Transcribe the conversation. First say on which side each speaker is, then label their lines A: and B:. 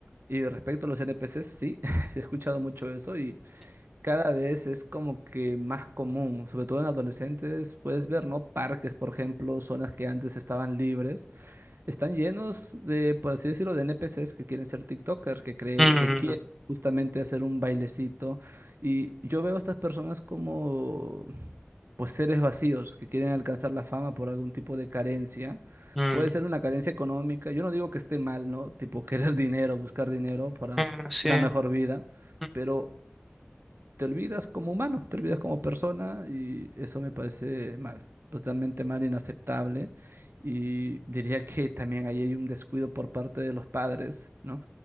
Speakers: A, on the right (about 55°); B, in the centre.
A: Y respecto a los NPCs, sí, <laughs> sí he escuchado mucho eso y cada vez es como que más común, sobre todo en adolescentes, puedes ver, ¿no? Parques, por ejemplo, zonas que antes estaban libres están llenos de, por así decirlo, de NPCs que quieren ser TikTokers, que cree,
B: Mm,
A: que quieren justamente hacer un bailecito. Y yo veo a estas personas como pues seres vacíos que quieren alcanzar la fama por algún tipo de carencia.
B: mm.
A: Puede ser una carencia económica. Yo no digo que esté mal, ¿no? Tipo <laughs> querer dinero, buscar dinero para
B: Mm, sí.
A: una mejor vida,
B: Mm,
A: pero te olvidas como humano, te olvidas como persona y eso me parece mal, totalmente mal, inaceptable. Y diría que también ahí hay un descuido por parte de los padres, ¿no?